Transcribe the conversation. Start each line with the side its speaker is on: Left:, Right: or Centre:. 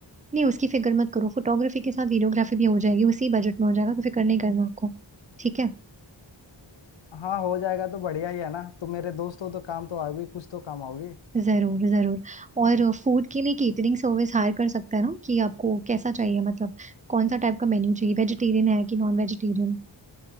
Right: नहीं उसकी फिक्र मत करो फोटोग्राफी के साथ वीडियोग्राफी भी हो जाएगी उसी बजट में हो जाएगा तो फिक्र नहीं करना आपको ठीक है
Left: हाँ हो जाएगा तो बढ़िया ही है ना तुम मेरे दोस्त हो तो काम तो आओगी कुछ तो काम आओगी
Right: जरूर जरूर और फूड के लिए केटरिंग सर्विस हायर कर सकता है ना कि आपको कैसा चाहिए मतलब कौन सा टाइप का मेन्यू चाहिए वेजिटेरियन है कि नॉन वेजिटेरियन